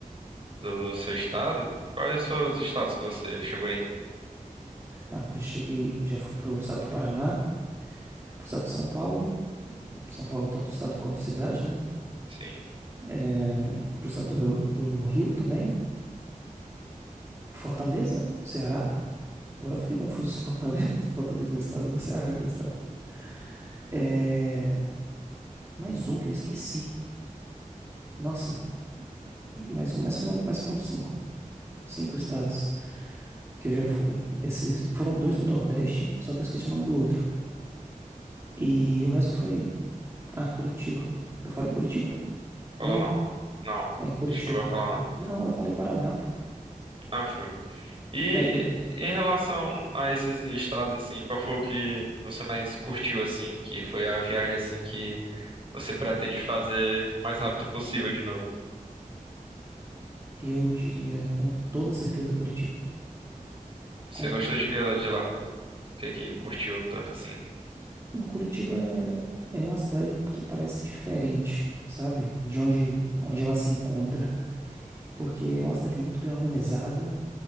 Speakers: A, on the right; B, on the right.
A: do seu estado. Quais são os estados que você chegou aí?
B: ah, já cheguei, já fui pro estado do Paraná, pro estado de São Paulo, São Paulo tanto estado quanto cidade, né?
A: Sim.
B: é, pro estado do, do Rio também, Fortaleza, Ceará. Agora eu fiquei confuso se Fortaleza, <laughs> se Fortaleza é o estado ou Ceará que é o estado. É, mais um que eu esqueci. Nossa, mais um, mas foram, mas foram cinco. Cinco estados que eu já fui. Esses foram dois no Nordeste, só que eu esqueci o nome do outro. E o resto foi. Ah, Curitiba. Eu falei Curitiba?
A: Falou
B: Não,
A: não.
B: né?
A: Não.
B: É em Curitiba.
A: Chegou a falar não.
B: Não, eu falei Paraná, pô.
A: Ah, foi. E
B: É verdade.
A: em relação a esses estados assim, qual foi o que você mais curtiu assim, que foi a viagem assim que você pretende fazer o mais rápido possível de novo?
B: Eu diria com toda certeza Curitiba.
A: Você
B: Com
A: gostou de que ela de lá? O que que curtiu tanto assim?
B: Não, Curitiba é, é uma cidade que parece diferente, sabe? De onde, onde ela se encontra. Porque é uma cidade muito bem organizada,